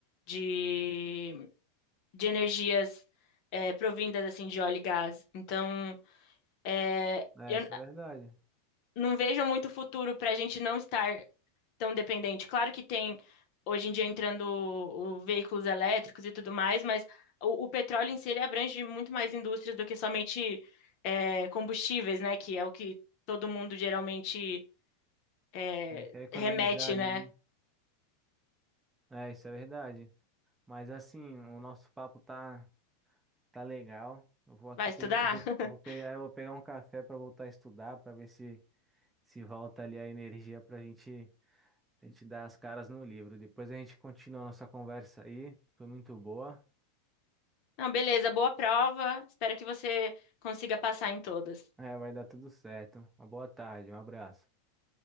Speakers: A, on the left; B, on the right.
A: de de energias é, provindas assim de óleo e gás. Então, é,
B: É,
A: eu
B: isso
A: n-
B: é verdade.
A: não vejo muito futuro para a gente não estar tão dependente. Claro que tem hoje em dia entrando o- o veículos elétricos e tudo mais, mas o, o petróleo em si ele abrange muito mais indústrias do que somente é, combustíveis, né? Que é o que todo mundo geralmente é,
B: Quer economizar
A: remete,
B: ali,
A: né?
B: né? É, isso é verdade. Mas assim, o nosso papo tá tá legal. Eu vou aqui
A: Vai estudar?
B: pegar, eu vou,
A: <laughs>
B: eu vou pegar, eu vou pegar um café para voltar a estudar, para ver se se volta ali a energia pra gente a gente dar as caras no livro. Depois a gente continua a nossa conversa aí. Foi muito boa.
A: Não, beleza, boa prova. Espero que você consiga passar em todas.
B: É, vai dar tudo certo. Uma boa tarde, um abraço.